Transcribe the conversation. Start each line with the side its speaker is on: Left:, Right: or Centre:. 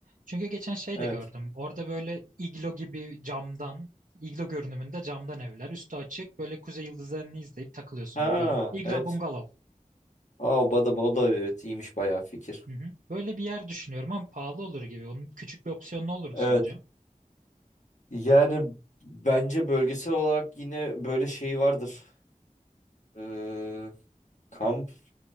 Right: Çünkü geçen şey
Left: Evet.
Right: de gördüm. Orada böyle iglo gibi camdan iglo görünümünde camdan evler. Üstü açık böyle kuzey yıldızlarını izleyip takılıyorsun.
Left: Ha
Right: Böyle iglo
Left: evet.
Right: bungalov.
Left: Aa o da, o da evet iyiymiş bayağı fikir.
Right: Hı hı. Böyle bir yer düşünüyorum ama pahalı olur gibi. Onun küçük bir opsiyonu ne olurdu
Left: Evet.
Right: sence?
Left: Yani bence bölgesel olarak yine böyle şey vardır. Ee, kamp